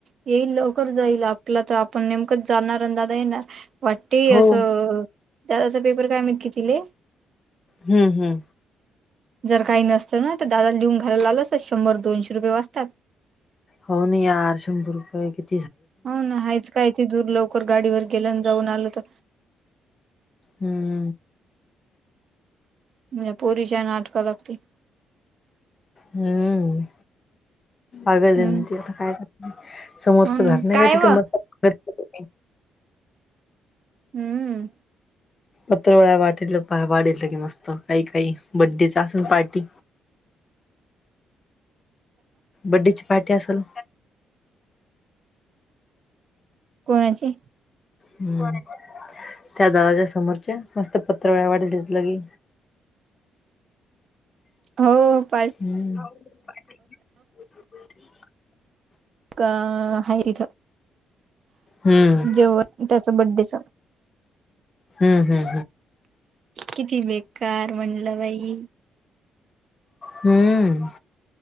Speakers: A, on the right (about 55°); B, on the left (about 35°).
A: येईल लवकर जाईल, आपलं तर आपण नेमकंच जाणार अन् दादा येणार वाटतेय
B: हो
A: असंअअअ, दादाचा पेपर काय माहीत कितीले?
B: हुं हुं.
A: जर काही नसतं ना, तर दादाला न्हीहून घालायला लावलं असतं, शंभर दोनशे रुपये वाचतात.
B: हो ना यार शंभर रुपये कित
A: हों ना हायच काय ते दूर लवकर गाडीवर गेलं आणि जाऊन आल तर
B: हुं म.
A: म्या पोरीच्यान आटपाय लागते
B: हुं हुं आगल
A: हम्म
B: दिन तेत काय कर समोरचं
A: हो
B: घर
A: ना
B: नाही
A: काय
B: का <unintelligible> तिथे
A: व
B: मत् टाकत
A: हम्मम
B: पत्रवळा वाटेल तर वाढेल, की मस्त काही काही बड्डेच असेल पार्टी. बड्डेची पार्टी असल
A: कोणाची?
B: हम्म <unintelligible> त्या दरवाजा समोरच्या मस्त पत्रावळ्या वाढलेल्यात की
A: हो व.
B: हम्म <unintelligible>
A: का हाय तिथ?
B: हम्म
A: जेवन त्याच्या बड्डेच
B: हू हू.
A: किती बेकार म्हणलं बाई?
B: हम्म,